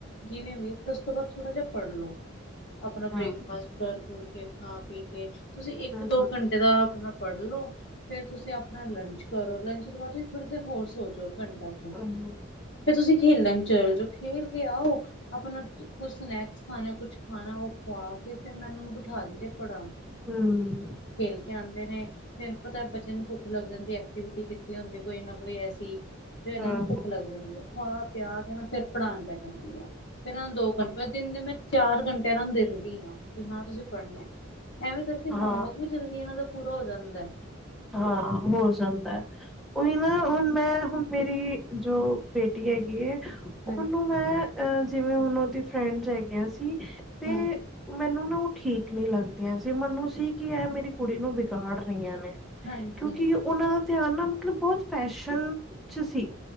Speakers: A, on the left (about 60°); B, in the centre.
A: ਜਿਵੇਂ ਵੀ ਐ ਫਿਰ ਉਸ ਤੋਂ ਬਾਅਦ ਥੋੜਾ ਜਿਹਾ ਪੜ੍ਹ ਲੋ ਆਪਣਾ ਬ੍ਰੇਕਫਾਸਟਾਰ
B: ਹਮ
A: ਕਰ ਕੁਰ ਕੇ ਖਾ ਪੀ ਕੇ ਤੁਸੀਂ ਇੱਕ-ਦੋ
B: ਹਮ
A: ਘੰਟੇ ਦਾ ਆਪਣਾ ਪੜ੍ਹ ਲੋ ਫੇਰ ਤੁਸੀਂ ਆਪਣਾ ਲੰਚ ਕਰੋ ਲੰਚ ਤੋਂ ਬਾਅਦ ਤੁਸੀਂ ਥੋੜੀ ਦੇਰ ਹੋਰ ਸੋਜੋ ਘੰ <unintelligible>
B: ਹਮ
A: ਫਿਰ ਤੁਸੀਂ ਖੇਲਣ ਚੱਲ ਜੋ ਖੇਲ ਕੇ ਆਓ ਆਪਣਾ ਕੁਛ ਸਨੈਕਸ ਖਾਣਾ ਕੁਛ ਖਾਣਾ ਉਹ ਖਵਾ ਕੇ ਫਿਰ ਮੈਂ ਉਹ ਨੂੰ ਬਿਠਾ ਦਿੰਦੇ ਪੜਨ
B: ਹਮ
A: ਖੇਲ ਕੇ ਆਂਦੇ ਨੇ ਫੇਰ ਪਤਾਂ ਬੱਚੇ ਨੂੰ ਭੁੱਖ ਲੱਗ ਜਾਂਦੀ ਹੈ ਐਕਟੀਵਿਟੀ ਕੀਤੀ ਹੁੰਦੀ ਹੈ, ਕੋਈ ਨਾ ਕੋਈ ਐਸੀ ਤੇ ਇਹਨਾਂ
B: ਹਾਂ
A: ਨੂੰ ਭੁੱਖ ਲੱਗ ਜਾਂਦੀ ਆ ਖਵਾ ਪਿਆ ਕੇ ਮੈਂ ਫੇਰ ਪੜ੍ਹਾਉਣ ਪੈ ਜਾਂਦੀ ਆ ਫਿਰ ਇਹਨਾਂ ਨੂੰ ਦੋ ਘੰਟੇ ਦਿਨ ਦੇ ਮੈਂ ਚਾਰ ਘੰਟੇ ਇਹਨਾਂ ਨੂੰ ਦੇ ਦਿੰਦੀ ਹਾਂ ਕਿ ਹਾਂ ਤੁਸੀਂ ਪੜ੍ਹਨਾ ਐ ਐਵੇਂ ਕਰਕੇ ਹੋਮਵਕ
B: ਹਾਂ
A: ਵੀ ਜਲਦੀ ਇਹਨਾਂ ਦਾ ਪੂਰਾ ਹੋ ਜਾਂਦਾ ਐ
B: ਹਾਂ ਹੋ ਜਾਂਦਾ ਐ ਉਹੀ ਨਾ ਹੁਣ ਮੈਂ ਹੁਣ ਮੇਰੀ ਜੋ ਬੇਟੀ ਹੈਗੀ ਐ
A: ਹਾਂ
B: ਉਹਨੂੰ ਮੈਂ ਅ ਜਿਵੇਂ ਹੁਣ ਉਹਦੀ ਫਰੈਂਡਸ ਹੈਗੀਆਂ ਸੀ ਤੇ
A: ਹਾਂ
B: ਮੈਨੂੰ ਨਾ ਉਹ ਠੀਕ ਨਹੀਂ ਲੱਗਦੀਆਂ ਸੀ ਮੈਨੂੰ ਸੀ ਕਿ ਇਹ ਮੇਰੀ ਕੁੜੀ ਨੂੰ ਵਿਗਾੜ ਰਹੀਆਂ ਨੇ
A: ਹਾਂਜੀ
B: ਕਿਉਂਕਿ
A: ਹਾਂਜੀ।
B: ਉਹਨਾਂ ਦਾ ਧਿਆਨ ਨਾ ਮਤਲਬ ਬਹੁਤ ਫੈਸ਼ਲ ਚ ਸੀ